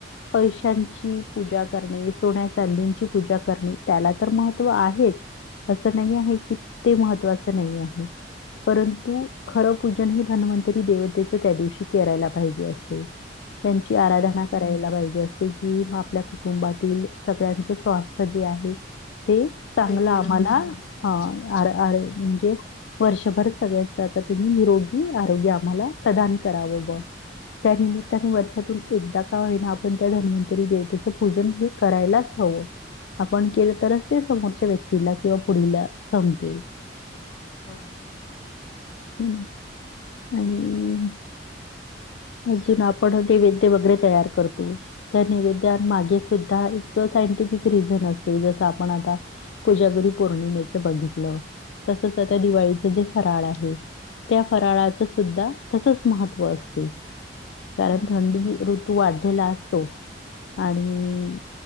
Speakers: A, on the left; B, on the left.
A: पैशांची पूजा करणे सोन्या चांदींची पूजा करणे त्याला तर महत्त्व आहेच. असं नाही आहे की ते महत्वाचं नाही आहे. परंतु खरं पूजन हे धन्वंतरी देवतेचं त्या दिवशी करायला पाहिजे असते त्यांची आराधना
B: हम्म
A: करायला पाहिजे असते. की आपल्या कुटुंबातील सगळ्यांच स्वास्थ्य जे आहे ते चांगला
B: ते निरोगी
A: आम्हाला
B: ठेवलं पाहिजे
A: ह आर-आर म्हणजे वर्षभर सगळ्यांच आता तुम्ही निरोगी आरोग्य आम्हाला प्रदान करावं ब त्यानिमित्ताने वर्षातून एकदा का होईना आपण त्या धन्वंतरी देवतेचं पूजन हे करायलाच हवं आपण केलं तरच ते समोरच्या व्यक्तीला किंवा पुढला समजेल
B: बरोबरं
A: ह ना आणि अजून आपण नैवेद्य वगैरे तयार करतो त्या नैवेद्या मागे सुद्धा एक सायंटिफिक रिझन असते जसं आपण आता कोजागुरी पौर्णिमेच बघितलं तसच त्या दिवाळीचं जे फराळ आहे. त्या फराळाच सुद्धा तसच महत्त्व असते कारण
B: हम्म
A: थंडी तू वाढलेला असतो आणि